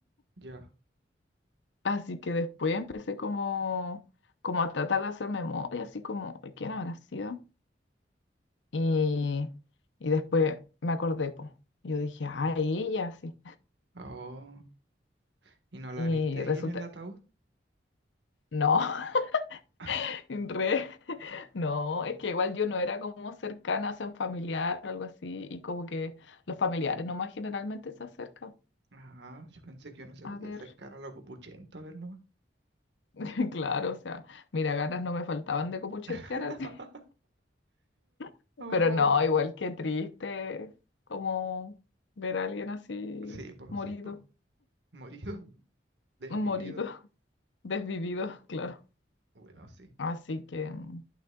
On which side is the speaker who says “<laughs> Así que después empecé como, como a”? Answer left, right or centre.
Left